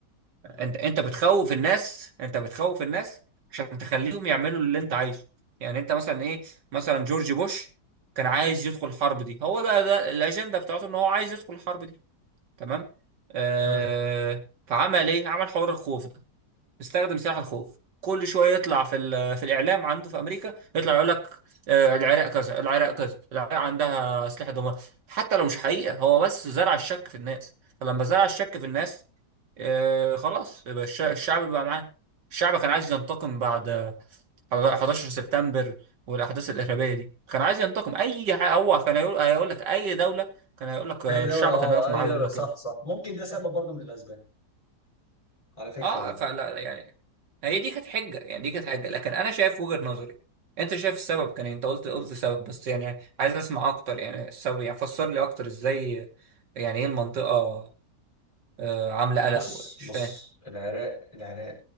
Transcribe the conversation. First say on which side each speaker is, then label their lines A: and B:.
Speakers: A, on the left (about 20°); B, on the right (about 85°).
A: مم.
B: انت انت بتخوف الناس انت بتخوف الناس عشان تخليهم يعملوا اللي انت عايزه يعني انت مثلا ايه مثلا جورج بوش كان عايز يدخل الحرب دي هو ده ده الاجندة بتاعته ان هو عايز يدخل الحرب دي تمام آه
A: مم.
B: فعمل ايه عمل حوار الخوف ده استخدم سلاح الخوف كل شويه يطلع في ال- في الاعلام عنده في امريكا يطلع يقول لك آه، العراق كذا العراق كذا العراق عندها اسلحه دمار حتى لو مش حقيقه هو بس زرع الشك في الناس فلما زرع الشك في الناس آه، خلاص يبقى الش- الشعب بقى معاه الشعب كان عايز ينتقم بعد آه، 11 سبتمبر والاحداث الارهابيه دي كان عايز ينتقم اي حاجه هو كان هيقول هيقول لك اي دوله كان هيقول لك آه،
A: اي دوله
B: الشعب
A: اه
B: كان هيقف معاه
A: اي دوله
B: يقول لك
A: صح صح ممكن ده سبب برضه من الاسباب على فكره
B: اه
A: برضه
B: فلا يعني هي دي كانت حجه يعني دي كانت حجه لكن انا شايف وجهه نظري انت شايف السبب كان إيه؟ انت قلت قلت سبب بس يعني عايز اسمع اكتر يعني السبب يعني فسر لي اكتر ازاي يعني ايه المنطقه آه عامله قلق
A: بص
B: مش
A: بص
B: فاهم
A: العراق العراق